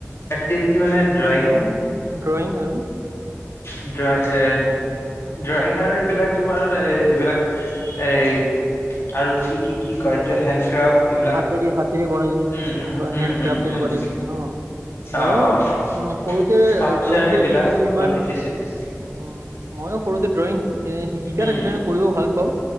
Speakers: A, on the left (about 55°); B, on the right (about 65°).
A: এক্টিভিটি মানে ড্ৰয়িং
B: ড্ৰয়ং আৰু
A: ড্ৰ এ ড্ৰয়িং আৰু এইবিলাক তোমাৰ এই যিবিলাক এই আৰু কি কি কি কয় এইটো হেণ্ডক্ৰাফট এইবিলাক
B: হাতেৰ হাতেৰে বনাই যায়
A: উম
B: এনেকুৱা
A: উম
B: হেণ্ড
A: উম
B: ক্ৰাফ্ট এনেকুৱা
A: উম উম
B: াই বস্তু ন ময়ো
A: অ
B: উ
A: অ অ
B: সৰুতে
A: স্কাপচাৰ
B: ড্ৰয়িং কৰিছিলো
A: এইবিলাক
B: কিন্তু
A: অলপ
B: ইমান
A: শিকিছিলো
B: উম ময়ো সৰুতে ড্ৰয়িং এ শ শিকাত
A: উম
B: আছিলো কৰিবও ভাল পাওঁ